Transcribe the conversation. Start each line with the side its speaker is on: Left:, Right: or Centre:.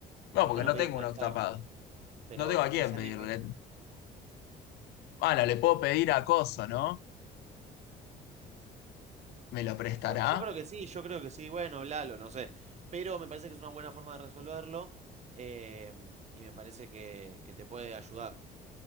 Left: No,
Right: ¿Y por
Left: porque
Right: qué no
Left: no
Right: pedir
Left: tengo
Right: prestado?
Left: un octapado.
Right: Pero
Left: No tengo
Right: conoces
Left: a quién
Right: a
Left: pedirle.
Right: alguien que
Left: Bueno, le puedo pedir a Coso, ¿no? ¿Me lo prestará?
Right: Yo, yo creo que sí, yo creo que sí, bueno, hablalo, no sé. Pero me parece que es una buena forma de resolverlo em, y me parece que, que te puede ayudar.